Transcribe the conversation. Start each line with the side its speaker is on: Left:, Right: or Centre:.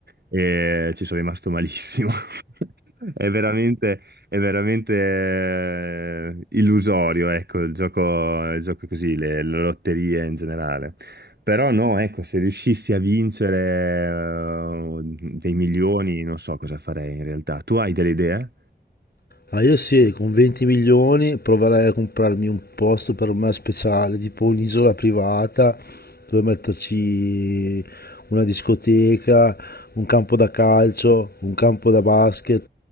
Right: e ci sono rimasto malissimo. <laughs> È veramente... È veramente eh, illusorio, ecco, il gioco, il gioco così, le, le lotterie in generale. Però no, ecco, se riuscissi a vincere eh, dei milioni, non so cosa farei in realtà. Tu hai delle idee?
Left: Ah, io sì, con 20 milioni proverei a comprarmi un posto per me speciale, tipo un'isola privata dove metterci una discoteca, un campo da calcio, un campo da basket,